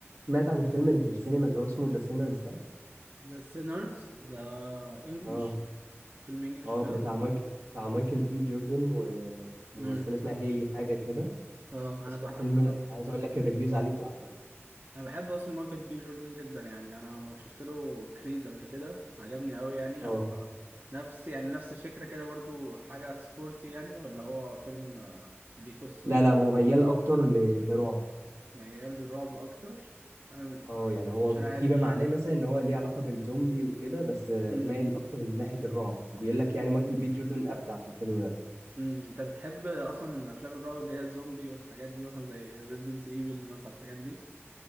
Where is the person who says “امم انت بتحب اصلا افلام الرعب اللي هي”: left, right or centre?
Right